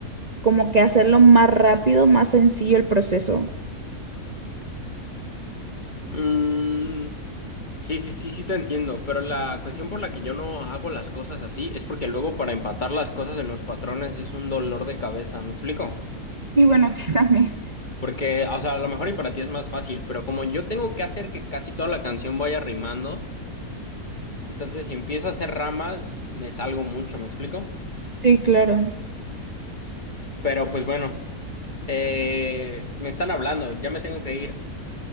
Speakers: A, on the right (about 30°); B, on the left (about 30°).
A: como que hacerlo más rápido, más sencillo el proceso.
B: Mm, sí, sí, sí, sí te entiendo, pero la cuestión por la que yo no hago las cosas así es porque luego para empatar las cosas en los patrones es un dolor de cabeza, ¿me explico?
A: Sí, bueno, sí, <laughs> también.
B: Porque, o sea, a lo mejor y para ti es más fácil, pero como yo tengo que hacer que casi toda la canción vaya rimando, entonces si empiezo a hacer ramas, me salgo mucho, ¿me explico?
A: Sí, claro.
B: Pero pues bueno, eh, me están hablando, ya me tengo que ir.